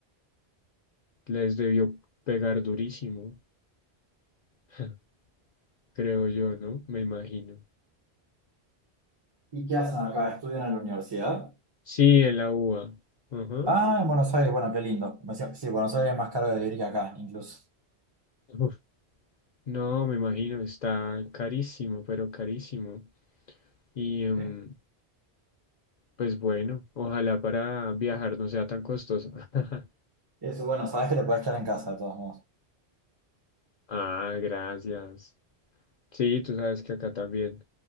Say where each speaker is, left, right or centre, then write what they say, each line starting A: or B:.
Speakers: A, on the left (about 55°); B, on the right (about 30°).
A: Les debió pegar durísimo, <laughs> creo yo, ¿no? Me imagino.
B: ¿Y qué hacen acá? ¿Estudian en la universidad?
A: Sí, en la UBA. Ajá.
B: Ah, en Buenos Aires, bueno, qué lindo. Me decía, Sí, Buenos Aires es más caro de vivir que acá, incluso.
A: Uf. No, me imagino, está carísimo, pero carísimo. Y em,
B: Sí.
A: Pues bueno, ojalá para viajar no sea tan costoso. <laughs>
B: Eso, bueno, sabes que te puedes quedar en casa, de todos modos.
A: Ah, gracias. Sí, tú sabes que acá también